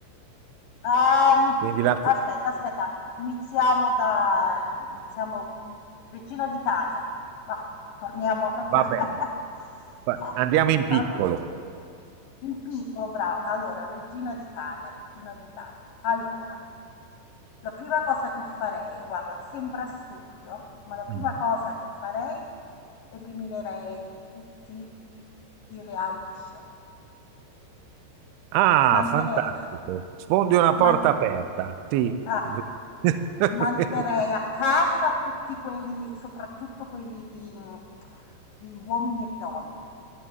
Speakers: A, on the left; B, on the right.
A: ehm,
B: Quindi la...
A: aspetta, aspetta, iniziamo da, iniziamo Regina d'Italia. Va, torniamo proprio
B: va bene,
A: <laughs>
B: Fa- andiamo
A: soltanto.
B: in piccolo.
A: In piccolo, brava. Allora, Regina d'Italia, Regina d'Italia. Allora, la prima cosa che farei, guarda, sembra assurdo, ma la prima
B: Mm.
A: cosa che farei, eliminerei tutti i reality show.
B: Ah,
A: Manderei,
B: fantastico. Sfondi una porta
A: mand-
B: aperta. Sì.
A: ah,
B: <laughs>
A: manderei a casa tutti quelli, soprattutto quelli di, di uomini e donne